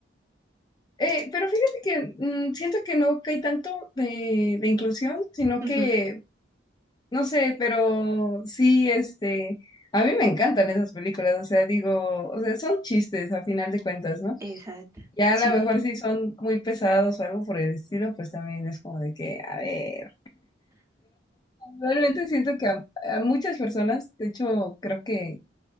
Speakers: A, on the left; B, on the right.
A: Eh, pero fíjate que mm, siento que no hay tanto de, de inclusión, sino
B: Ujú.
A: que, no sé, pero sí, este, a mí me encantan esas películas, o sea, digo, o sea, son chistes a final de cuentas, ¿no?
B: Exacto,
A: Ya
B: sí.
A: a lo mejor si son muy pesados o algo por el estilo, pues también es como de que, a ver. Realmente siento que a, a muchas personas, de hecho, creo que